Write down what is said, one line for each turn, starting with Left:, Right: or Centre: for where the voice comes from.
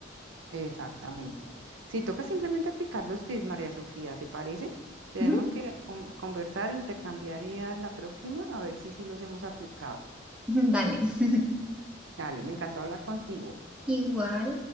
Right: Exactamente. Si toca simplemente aplicar los tips, María Sofía, ¿te parece? Tenemos
Centre: Ujú,
Right: que con- conversar e intercambiar ideas la próxima, a ver si sí los hemos aplicado.
Centre: <laughs> Dale. <laughs>
Right: Dale, me encantó hablar contigo.
Centre: Igual.